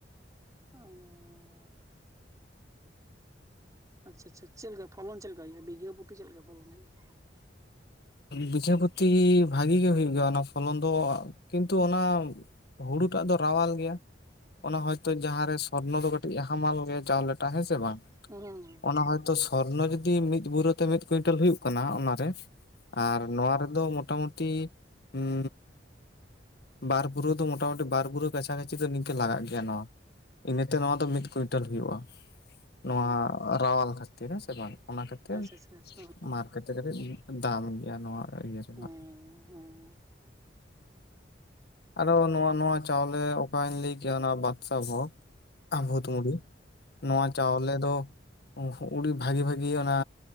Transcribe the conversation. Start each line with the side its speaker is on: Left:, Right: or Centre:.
Right: ᱚᱻ ᱟᱪᱪᱷᱟ, ᱟᱪᱪᱷᱟ ᱪᱮᱫ ᱞᱮᱠᱟ ᱯᱷᱚᱞᱚᱱ ᱪᱮᱫ ᱞᱮᱠᱟ ᱦᱩᱭᱩᱜ-ᱟ ᱵᱤᱜᱷᱟᱹ ᱯᱩᱛᱤ ᱪᱮᱫ ᱞᱮᱠᱟ ᱯᱷᱚᱞᱚᱱ ᱦᱩᱭᱩᱜ-ᱟ?
Left: ᱵᱤᱜᱷᱟᱹ ᱯᱚᱛᱤ ᱵᱷᱟᱹᱜᱤ ᱜᱮ ᱦᱩᱭᱩᱜ ᱜᱮᱭᱟ ᱚᱱᱟ ᱯᱷᱚᱞᱚᱱ ᱫᱚ ᱾ ᱠᱤᱱᱛᱩ ᱚᱱᱟ ᱦᱩᱲᱩ ᱴᱟᱜ ᱫᱚ ᱨᱟᱣᱟᱞ ᱜᱮᱭᱟ ᱾ ᱚᱱᱟ ᱦᱚᱭ ᱛᱚ ᱡᱟᱦᱟ ᱨᱮ ᱥᱚᱨᱱᱚ ᱫᱚ ᱠᱟᱹᱴᱤᱡ ᱦᱟᱢᱟᱞ ᱜᱮ ᱪᱟᱣᱞᱮ ᱴᱟᱜ ᱦᱮᱸ ᱥᱮ ᱵᱟᱝ?
Right: <unintelligible>
Left: ᱚᱱᱟ ᱦᱚᱭ ᱛᱚ ᱥᱚᱨᱱᱚ ᱡᱩᱫᱤ ᱢᱤᱫ ᱵᱩᱨᱟᱹ ᱛᱮ ᱢᱤᱫ ᱠᱩᱭᱤᱱᱴᱟᱞ ᱦᱩᱭᱩᱜ ᱠᱟᱱᱟ ᱚᱱᱟᱨᱮ ᱟᱨ ᱱᱚᱣᱟ ᱨᱮᱫᱚ ᱢᱳᱴᱟ ᱢᱩᱴᱤ ᱩᱸᱻ ᱵᱟᱨ ᱯᱩᱨᱟᱹ ᱫᱚ ᱢᱚᱴᱟ ᱢᱩᱴᱤ ᱵᱟᱨ ᱯᱩᱨᱟᱹ ᱠᱟᱪᱷᱟ ᱠᱟᱪᱷᱤ ᱫᱚ ᱱᱤᱝᱠᱟᱹ ᱞᱟᱜᱟᱜ ᱜᱮᱭᱟ ᱱᱚᱣᱟ᱾ ᱤᱱᱟᱹᱛᱮ ᱱᱚᱣᱟ ᱫᱚ ᱢᱤᱫ ᱠᱩᱭᱤᱱᱴᱟᱞ ᱦᱩᱭᱩᱜ-ᱟ ᱾ ᱱᱚᱣᱟ
Right: ᱦᱩᱸ ᱚ
Left: ᱨᱟᱣᱟᱞ ᱠᱷᱟᱹᱛᱤᱨ ᱦᱮᱸ ᱥᱮ ᱵᱟᱝ ᱚᱱᱟ ᱠᱷᱟᱹᱛᱤᱨ
Right: ᱟᱪᱪᱷᱟ ᱟᱪᱪᱷᱟ ᱦᱩᱸ
Left: ᱢᱟᱨᱠᱮᱴ ᱨᱮ ᱠᱟᱹᱴᱤᱡ ᱫᱟᱢ ᱜᱮᱭᱟ ᱱᱚᱣᱟ ᱤᱭᱟᱹ ᱨᱮᱱᱟᱜ
Right: ᱟᱪᱪᱷᱟ
Left: ᱟᱫᱚ ᱱᱚᱣᱟ ᱱᱚᱣᱟ ᱪᱟᱣᱞᱮ ᱚᱠᱟᱧ ᱞᱟᱹᱭ ᱠᱮᱭᱟ ᱚᱱᱟ ᱵᱟᱫᱥᱟ ᱵᱷᱳᱜᱽ ᱟᱸᱻᱵᱷᱩᱛ ᱢᱩᱲᱤ ᱱᱚᱣᱟ ᱪᱟᱣᱞᱮ ᱫᱚ ᱩᱰᱤ ᱵᱷᱟᱹᱜᱤ, ᱵᱷᱟᱹᱜᱤ ᱚᱱᱟ